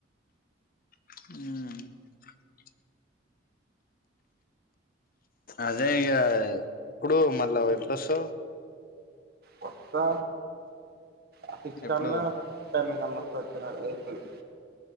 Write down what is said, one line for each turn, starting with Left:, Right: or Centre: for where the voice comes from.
Left: ఆ అదే ఇక ఇప్పుడు మళ్ళా వై బస్
Right: కొత్తా అహకన్నా
Left: ఎప్పుడు
Right: మీకా మస్తా వచ్చన్నారు ఏబల్